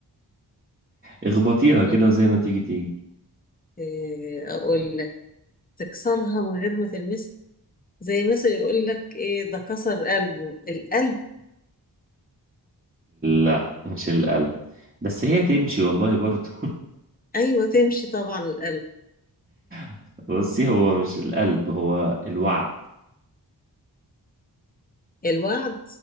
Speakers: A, on the right; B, on the left.
A: اخبطيها كده
B: طب
A: وزي ما تيجي تيجي
B: إيه أقول لك تكسرها من غير ما تلمسها زي مثلا يقول لك إيه ده كسر قلبه القلب
A: لا مش القلب بس هي تمشي والله برضه
B: أيوة تمشي طبعا القلب
A: <laughs> بصي هو مش القلب هو الوعد
B: الوعد